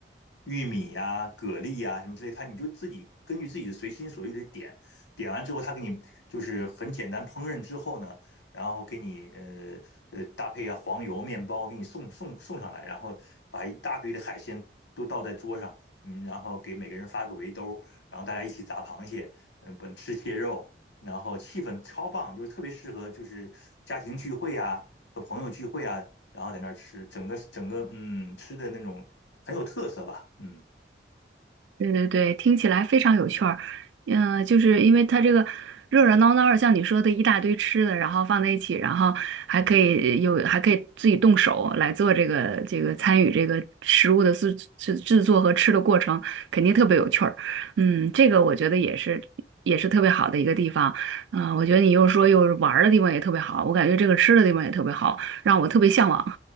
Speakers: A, on the left (about 85°); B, on the right (about 85°).
A: 玉米呀、蛤蜊呀、什么之类，它你就自己根据自己的随心所欲的点，点完之后，他给你就是很简单烹饪之后呢。然后给你呃呃搭配啊黄油面包给你送送送上来，然后把一大堆的海鲜都倒在桌上，嗯，然后给每个人发个围兜，然后大家一起砸螃蟹，嗯，本吃蟹肉，然后气氛超棒，就是特别适合就是家庭聚会啊和朋友聚会啊，然后在那儿吃，整个整个嗯吃的那种很有特色吧，嗯。
B: 对对对，听起来非常有趣儿。嗯、就是因为它这个热热闹闹的，像你说的一大堆吃的，然后放在一起，然后还可以有，还可以自己动手来做这个这个参与这个食物的制制制作和吃的过程，肯定特别有趣儿。嗯，这个我觉得也是也是特别好的一个地方。嗯、我觉得你又说又玩儿的地方也特别好，我感觉这个吃的地方也特别好，让我特别向往。